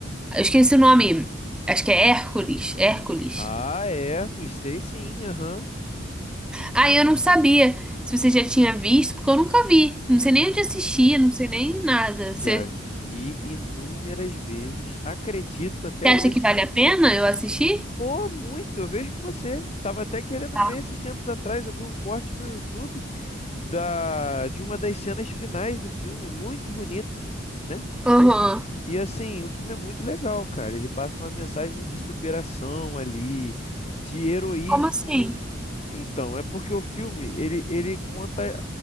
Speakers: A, in the centre; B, on the left (about 35°).
A: Eu esqueci o nome. Acho que é Hércules. Hércules.
B: Ah, é, Hércules, sei sim, aham.
A: Ah, eu não sabia se você já tinha visto, porque eu nunca vi. Não sei nem onde
B: Hum.
A: assistir, não sei nem nada.
B: Já
A: Você
B: vi inúmeras vezes, acredito até
A: você
B: hoje.
A: acha que vale a pena eu assistir?
B: Pô, muito, eu vejo com você. Tava até querendo
A: Tá.
B: ver esses tempos atrás, eu vi um corte no YouTube. da, de uma das cenas finais do filme, muito bonita, né?
A: Aham.
B: E assim, o filme é muito legal, cara. Ele passa uma mensagem de superação ali, de heroísmo.
A: Como assim?
B: Então, é porque o filme, ele, ele conta